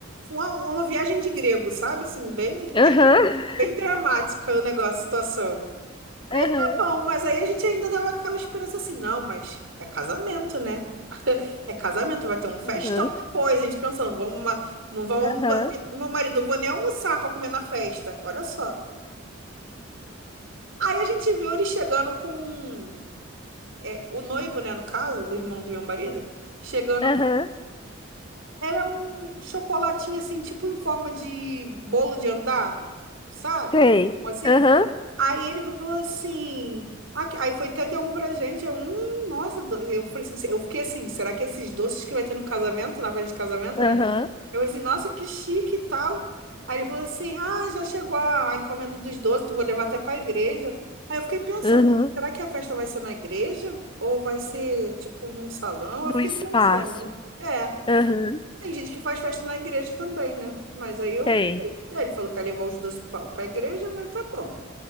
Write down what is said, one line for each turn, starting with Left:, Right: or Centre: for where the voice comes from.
Right: uma, uma viagem de grego, sabe? Assim, bem,
Left: Aham,
Right: bem dramática o negócio, a situação.
Left: aham,
Right: Tá bom, mas aí a gente ainda tava com aquela esperança assim, não, mas é casamento, né? <laughs> É casamento, vai ter um festão
Left: aham,
Right: depois. A gente pensando, vamos, ma- não vamos,
Left: aham,
Right: meu marido, eu vou nem almoçar para comer na festa. Olha só. Aí a gente viu ele chegando com um é, o noivo, né, no caso, o irmão do meu marido, chegando.
Left: aham.
Right: Era um chocolatinho assim, tipo em forma de bolo de andar, sabe?
Left: Sei.
Right: Assim.
Left: Aham,
Right: Aí ele foi, falou assim. aqui- Aí foi até deu um pra gente. Eu, hum, nossa, do- eu falei assim, eu fiquei assim, será que esses doces que vai ter no casamento, na festa de casamento,
Left: aham,
Right: né? Eu falei assim, nossa, que chique e tal. Aí ele falou assim: ah, já chegou a a encomenda dos doces, tu vou levar até para a igreja. Aí eu fiquei pensando:
Left: aham.
Right: será que a festa vai ser na igreja? Ou vai ser, tipo, num salão?
Left: Do
Right: Eu fiquei
Left: espaço.
Right: pensando, né? É,
Left: Aham,
Right: tem gente que faz festa na igreja também, né? Mas aí eu.
Left: tem,
Right: Aí ele falou que ia levar os doces para a igreja, mas tá bom.